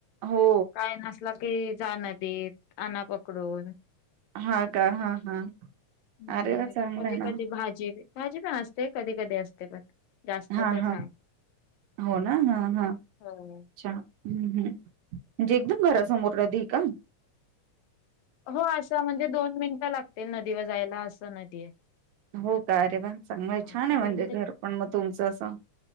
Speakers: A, on the right (about 80°); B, on the left (about 80°).
A: हो.
B: काय नसला ते जाणा देत आना पकडून.
A: हा का? हा हा.
B: हम्म
A: अरे वा
B: नाही तर
A: चांगलं
B: कधी
A: आहे ना.
B: कधी भाजी बे. भाजी पण असते. कधी कधी असते पण. जास्त
A: हा
B: तर
A: हा.
B: नाही.
A: हो ना? हा हा अच्छा.
B: हो.
A: हम्म हम्. म्हणजे एकदम घरासमोर राहती का?
B: हो आसं म्हणजे, दोन मिनिटं लागतील नदीवर जायला असं नदी आहे.
A: हो का? अरे व्वा चांगलंय,
B: हा.
A: छान आहे
B: दोन
A: म्हणजे घर
B: ते
A: पण मग तुमचं असं?